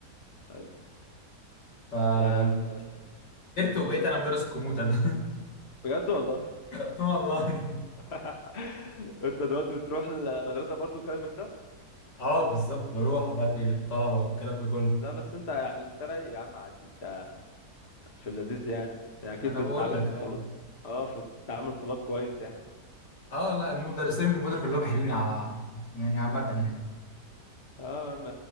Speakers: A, on the left; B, on the left.
A: ايوه
B: فكبرت
A: آه، ال...
B: وبقيت
A: بس
B: انا مدرس الكمبيوتر ده
A: بجد والله
B: <laughs> آه والله
A: <laughs> انت دلوقتي بتروح المدرسه برضو وكلام من ده
B: اه بالظبط بروح وبدي الطلبة والكلام ده كله
A: لا بس انت يعني انت رايق يا عم عادي انت في اللذيذ يعني اكيد
B: ما انا
A: بتتعامل
B: بقول لك
A: الطلاب
B: اه
A: اه في تعامل الطلاب كويس يعني
B: اه لا هم مدرسين الكمبيوتر كلهم حلوين على يعني عامة يعني
A: اه يا عم